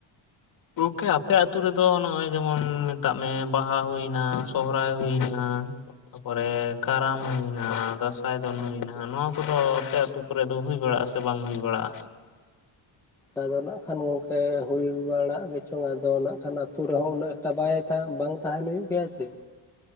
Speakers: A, on the left; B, in the centre.
A: ᱜᱚᱢᱠᱮ ᱟᱯᱮ ᱟᱛᱩ ᱨᱮᱫᱚ ᱱᱚᱜᱼᱚᱭ ᱡᱮᱢᱚᱱ ᱢᱮᱛᱟᱜ ᱢᱮ ᱵᱟᱦᱟ ᱦᱩᱭᱱᱟ ᱥᱚᱦᱨᱟᱭ ᱦᱩᱭᱱᱟ᱾ ᱛᱟᱯᱚᱨᱮ ᱠᱟᱨᱟᱢ ᱦᱩᱭ ᱱᱟ ᱫᱟᱸᱥᱟᱭ ᱫᱚᱱ ᱦᱩᱭ ᱱᱟ ᱱᱚᱣᱟ ᱠᱚᱫᱚ ᱟᱯᱮ ᱟᱹᱛᱩ ᱨᱮ ᱫᱚ ᱦᱩᱭ ᱵᱟᱲᱟᱜᱼᱟ ᱥᱮ ᱵᱟᱝ ᱦᱩᱭ ᱵᱟᱲᱟᱜᱼᱟ?
B: ᱟᱫᱚ ᱱᱟᱜ ᱠᱷᱟᱱ ᱜᱚᱢᱠᱮ ᱦᱩᱭ ᱵᱟᱲᱟᱜ ᱜᱮᱪᱚᱝ ᱟᱫᱚ ᱱᱟᱜ ᱠᱷᱟᱱ ᱟᱛᱳ ᱨᱮᱦᱚᱸ ᱩᱱᱟᱹᱜ ᱛᱟ ᱵᱟᱭ ᱛᱟᱝ ᱵᱟᱝ ᱛᱟᱦᱮᱱ ᱦᱩᱭᱩᱜ ᱜᱮᱭᱟ ᱪᱮ᱾